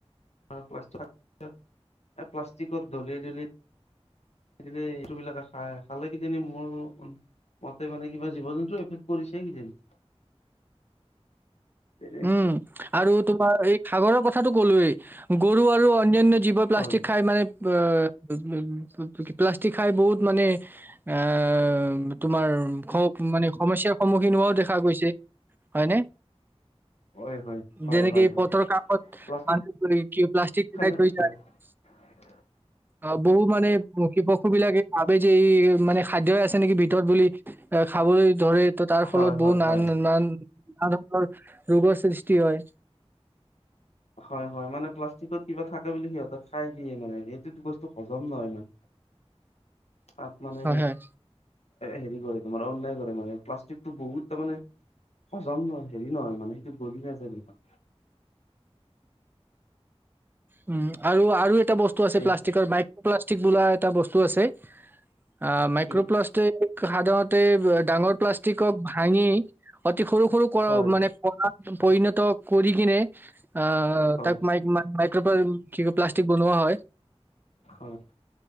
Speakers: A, on the left; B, on the right.
A: া <unintelligible> প্লাষ্টিকত ধলি ধলি স এইটো বিলাকে খাই খালে কিজানি মোৰ মতে মানে কিবা জীৱ জন্তু এফেক কৰিছে কিজানি তেনেকুৱা
B: উম আৰু তোমাৰ এই সাগৰৰ কথাটো কলোৱেই গৰু আৰু অন্যান্য জীৱ্ই প্লাষ্টিক
A: হয়
B: খাই মানে অ উ <unintelligible> প্লাষ্টিক খাই বহুত মানে আ তোমাৰ খ মানে সমস্যাৰ সন্মুখীন হোৱাও দেখা গৈছে হয়নে
A: হয় হয় হয়
B: যেনেকে
A: হয়
B: এই
A: হয়
B: পথৰ কাষত
A: প্লাষ্টিক
B: মাৰ পিট কৰি প্লাষ্টিক পেলায়
A: খালে
B: থৈ যায়
A: হয় <unintelligible>
B: অ বহু মানে পশু বিলাকে ভাবে যে ই মানে খাদ্য আছে নেকি ভিতৰত বুলি এ খাবলৈ ধৰে। ত, তাৰ
A: হয়
B: ফলত বহুত
A: হয়
B: নান
A: হয়
B: ন ধৰণৰ ৰোগৰ সৃষ্টি হয়।
A: হয় - হয় মানে প্লাষ্টিকত কিবা থাকে বুলি সিহতে খাই দিয়ে মানে এইটো বস্তু হজম নহয় ইমান। তাত মানে
B: হয় হয়
A: হেৰি কৰে তোমাৰ অন্যায় কৰে মানে প্লাষ্টিকটো বহুত তাৰানে হজম নহয় হেৰি নহয় মানে সেইটো গলি নাযায় তোমাৰ
B: উম আৰু আৰু এটা বস্তু আছে
A: এই
B: প্লাষ্টিকৰ মাইক্ৰ প্লাষ্টিক বোলা এটা বস্তু আছে। অ, মাইক্ৰোপ্লাষ্টিক
A: কি
B: সাধাৰণতে ডাঙৰ প্লাষ্টিকক ভাঙি অতি সৰু - সৰু
A: হয়
B: মানে কৰা পৰিণত কৰি কিনে আ
A: হয়
B: তাক মাইক মান ম ত কি প্লাষ্টিক বনোৱা হয়।
A: হয়